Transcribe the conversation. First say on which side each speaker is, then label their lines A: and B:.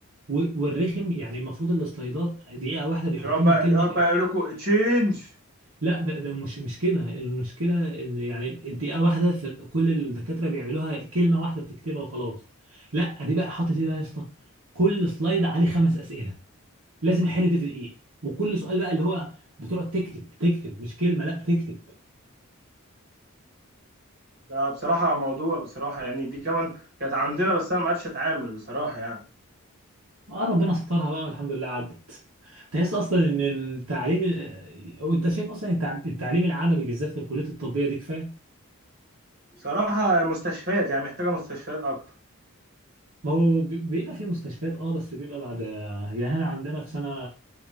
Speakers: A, on the right; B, on the right.
A: و- والرخم يعني المفروض السلايدات دقيقه واحده بيحط
B: يقعد
A: لنا
B: بقى
A: كلمه
B: يقعد بقى يقول لكم تشينج
A: لا ده ده مش مش كده المشكله ان يعني الدقيقه واحده في ال- كل الدكاتره بيعملوها كلمه واحده بتكتبها وخلاص لا دي بقى حاطط ايه بقى يا اسطى كل سلايد عليه خمس اسئله لازم احل دي في دقيقه وكل سؤال بقى اللي هو بتقعد تكتب تكتب مش كلمه لا بتكتب
B: ده بصراحه موضوع بصراحه يعني دي كمان كانت عندنا بس انا ما عرفتش اتعامل بصراحه يعني
A: اه ربنا سترها بقى الحمد لله عدت تحس اصلا ان التعليم وانت شايف اصلا التع- التعليم العملي بالذات في الكليه الطبيه دي كفايه
B: بصراحه مستشفيات يعني محتاجه مستشفيات اكتر
A: ما هو بي- بيبقى في مستشفيات اه بس بيبقى بعد يعني احنا عندنا في سنه